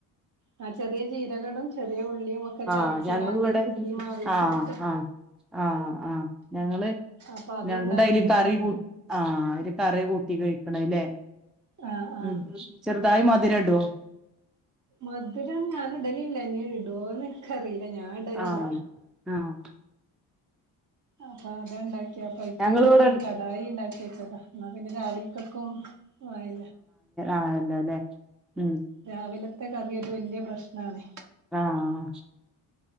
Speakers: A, on the right; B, in the centre.
A: ആഹ് ചെറിയ ജീരകടും ചെറിയ ഉള്ളിയു ഒക്കെ
B: ആഹ്
A: ചതച്കാണ്ട്
B: ഞങ്ങളിവിടെ
A: ഈ മാവിൽ
B: ആഹ്
A: കിട്ടിട്ട്
B: ആഹ് ആഹ് ആഹ് ഞങ്ങള്
A: അപ്പൊ അത്ണ്ടാക്കിയിരുന്നു
B: ഞങ്ങളുടെ അയ്ല് കറി കൂ ആഹ് ഒരു കറി കൂട്ടി കഴിക്കണല്ലേ
A: ആഹ് ആഹ്
B: ഉം ചെറുതായി മധുരടോ
A: മധുരം ഞാൻ ഇടലില്ല ഇനി ഇടോന്ന് ഇൻക്കറില്ല ഞാൻ ഇടലില്ല
B: ആഹ് ആഹ്
A: അപ്പൊ അട ഉണ്ടാക്കിയപ്പയ്ക്ക്
B: ഞങ്ങളിവിടെ
A: ഞാൻ കടായിണ്ടാക്കി വെച്ചതാ ന്ന പിന്നെ രാവിൽക്കക്കും ആയി
B: ആയല്ലോലേ ഉം
A: രാവിലത്തെ കറിയൊരു വല്യ പ്രശ്നാണ്
B: ആഹ്